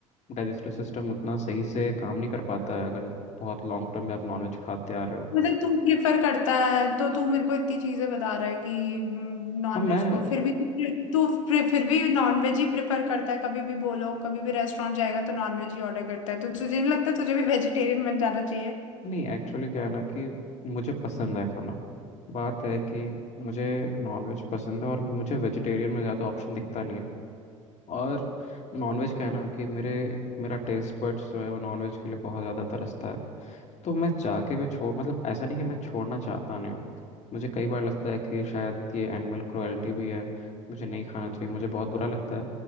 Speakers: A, on the left; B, on the left.
A: डाइजेस्टिव सिस्टम उतना सही से काम नहीं कर पाता है अगर बहुत लॉन्ग टर्म में आप नॉनवेज खाते आ रहे हो
B: मतलब तू प्रिफर करता है तो तू मेरे को इतनी चीजें बता रहा है कि नॉनवेज
A: हाँ मैं
B: को फिर भी तू प्रे- फिर फिर भी नॉनवेज ही प्रिफर करता है कभी भी बोलो कभी भी रेस्टोरेंट जाएगा तो नॉनवेज ही ऑर्डर करता है तो तुझे नहीं लगता तुझे भी वेजिटेरियन बन जाना चाहिए
A: नहीं एक्चुअली क्या है ना कि मुझे पसंद है खाना बात है कि मुझे नॉनवेज पसंद है और मुझे वेजिटेरियन में ज़्यादा ऑप्शन दिखता नहीं है और नॉनवेज का है ना कि मेरे मेरा टेस्ट बड्स जो है वो नॉनवेज के लिए बहुत ज़्यादा तरसता है तो मैं चाह के भी छोड़ मतलब ऐसा नहीं कि मैं छोड़ना चाहता नहीं हूँ मुझे कई बार लगता है कि शायद ये एनिमल क्रुएल्टी भी है मुझे नहीं खाना चाहिए मुझे बहुत बुरा लगता है